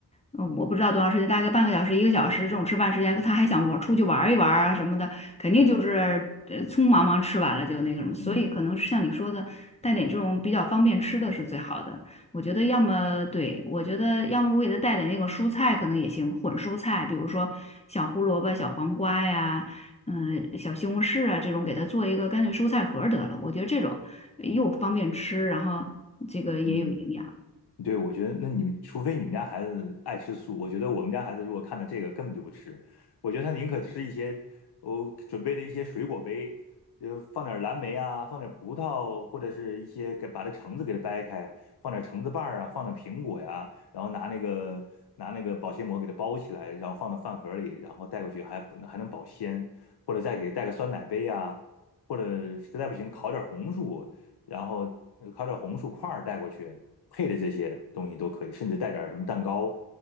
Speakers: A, on the left; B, on the left.
A: 嗯，我不知道多长时间，大概半个小时、一个小时这种吃饭时间，他还想玩出去玩一玩啊什么的，肯定就是呃匆忙忙吃完了就那个什么，
B: 嗯
A: 所以可能是像你说的，
B: 嗯。
A: 带点这种比较方便吃的是最好的。我觉得要么对，我觉得要么我给他带点那个蔬菜可能也行，混蔬菜，比如说小胡萝卜、小黄瓜呀，嗯、小西红柿啊这种，给他做一个干脆蔬菜盒儿得了。我觉得这种又方便吃，然后这个也有营养。
B: 嗯，对，我觉得那你们除非你们家孩子爱吃素，我觉得我们家孩子如果看到这个根本就不吃，我觉得他宁可吃一些我准备的一些水果杯，呃，放点蓝莓啊，放点葡萄，或者是一些给把它橙子给它掰开，放点橙子瓣儿啊，放点苹果呀，然后拿那个拿那个保鲜膜给它包起来，然后放到饭盒里，然后带过去还还能保鲜，或者再给带个酸奶杯呀、或者实在不行烤点红薯，然后烤点红薯块带过去，配的这些东西都可以，甚至带点什么蛋糕，